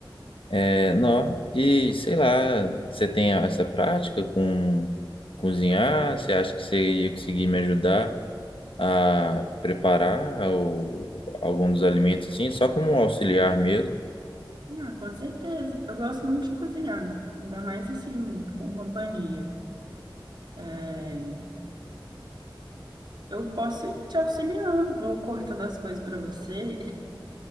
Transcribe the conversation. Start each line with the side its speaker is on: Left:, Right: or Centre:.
Left: É, não. E sei lá, você tem essa prática com cozinhar? Você acha que você ia conseguir me ajudar a preparar o, algum dos alimentos, assim? Só como um auxiliar mesmo?
Right: Ah, com certeza. Eu gosto muito de cozinhar, ainda mais assim, com companhia. É, eu posso ir te auxiliando, vou cortando as coisas para você